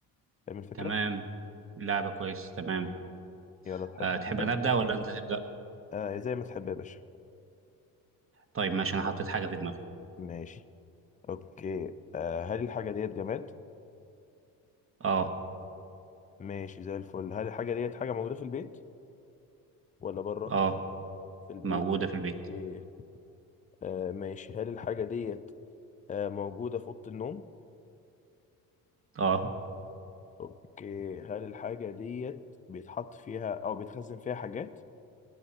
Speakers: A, on the left; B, on the right.
A: فاهم الفكره
B: تمام لعبة كويس تمام
A: يلا تحب
B: أه تحب
A: تبدا
B: انا ابدأ ولا انت تبدأ
A: آه زي ما تحب يا باشا
B: طيب ماشي انا حطيت حاجة في دماغي
A: ماشي اوكي آه هل الحاجه ديت جماد
B: اه
A: ماشي زي الفل هل الحاجة ديت حاجة موجودة في البيت ولا بره
B: اه
A: في البيت
B: موجودة في البيت
A: اوكي آه ماشي هل الحاجة ديت آه موجودة في أوضة النوم
B: اه
A: اوكي هل الحاجة ديت بيتحط فيها أو بيتخزن فيها حاجات